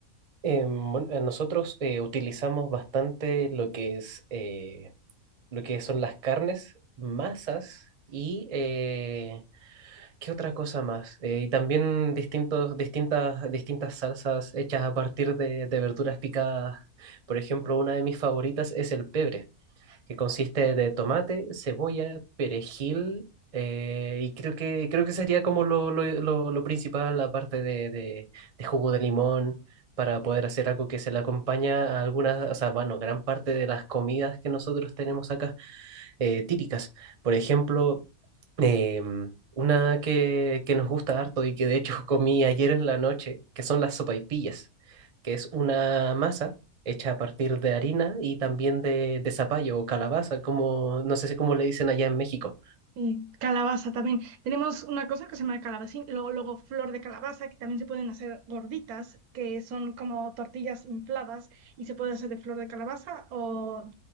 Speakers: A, on the right (about 40°); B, on the right (about 85°).
A: Em, bueno, eh, nosotros eh, utilizamos bastante lo que es eh, lo que son las carnes, masas y eh, ¿Qué otra cosa más? Eh, y también distintos, distintas, distintas salsas hechas a partir de, de verduras picadas. Por ejemplo, una de mis favoritas es el pebre, que consiste de tomate, cebolla, perejil, eh, y creo que, creo que sería como lo, lo- lo- lo principal, aparte de, de, de jugo de limón, para poder hacer algo que se le acompaña a algunas, o sea, bueno, gran parte de las comidas que nosotros tenemos acá, eh, típicas. Por ejemplo, Em, una que, que nos gusta harto y que de hecho <laughs> comí ayer en la noche, que son las sopaipillas, que es una masa hecha a partir de harina y también de, de zapallo o calabaza, como no sé si cómo le dicen allá en México.
B: Y calabaza también. Tenemos una cosa que se llama calabacín, luego, luego flor de calabaza, que también se pueden hacer gorditas, que son como tortillas infladas y se puede hacer de flor de calabaza o